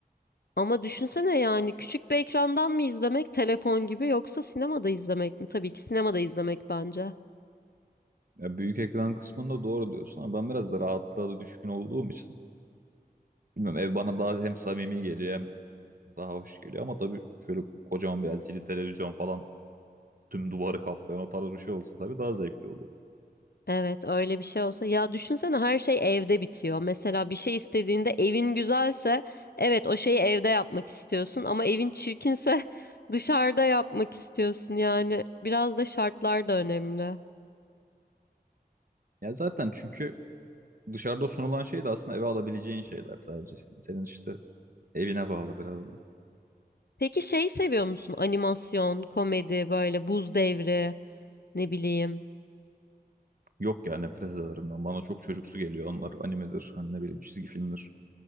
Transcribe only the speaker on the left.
Ama düşünsene yani küçük bir ekrandan mı izlemek telefon gibi yoksa sinemada izlemek mi? Tabii ki sinemada izlemek bence.
Evet, öyle bir şey olsa ya düşünsene her şey evde bitiyor. Mesela bir şey istediğinde evin güzelse evet o şeyi evde yapmak istiyorsun ama evin çirkinse <laughs> dışarıda yapmak istiyorsun. Yani biraz da şartlar da önemli.
Peki şeyi seviyor musun? Animasyon, komedi, böyle buz devri, ne bileyim.